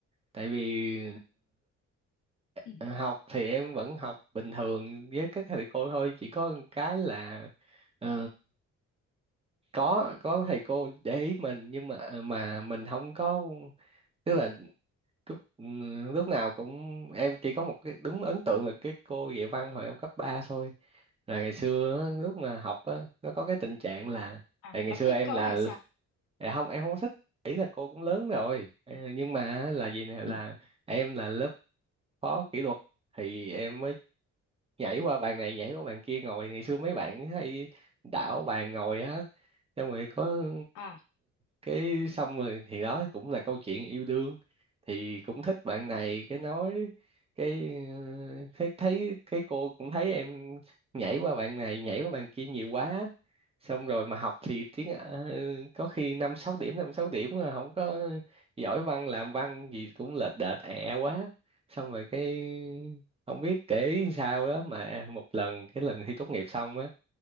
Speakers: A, on the right; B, on the left.
A: tại vì
B: ừ.
A: ờ, học thì em vẫn học bình thường với các thầy cô thôi chỉ có một cái là ờ, có có thầy cô để ý mình nhưng mà ờ, mà mình không có tức là lúc ừ, lúc nào cũng em chỉ có một cái đúng ấn tượng là cái cô dạy văn hồi em cấp 3 thôi là ngày xưa á, lúc mà học á nó có cái tình trạng là
B: à
A: tại ngày
B: là
A: xưa
B: thích
A: em
B: cô
A: là
B: hay sao
A: à, không em không thích ý là cô cũng lớn rồi Ờ, nhưng mà là gì nè là
B: ừ.
A: em là lớp phó kỷ luật thì em mới nhảy qua bàn này nhảy qua bàn kia ngồi ngày xưa mấy bạn hay đảo bàn ngồi á xong rồi có
B: à
A: cái xong rồi thì đó cũng là câu chuyện yêu đương thì cũng thích bạn này cái nói cái ờ, thấy thấy cái cô cũng thấy em nhảy qua bạn này nhảy qua bạn kia nhiều quá xong rồi mà học thì tiếng ờ, có khi năm sáu điểm năm sáu điểm mà không có giỏi văn làm văn gì cũng lệch đệch ẹ quá xong rồi cái không biết kể sao đó mà một lần cái lần thi tốt nghiệp xong á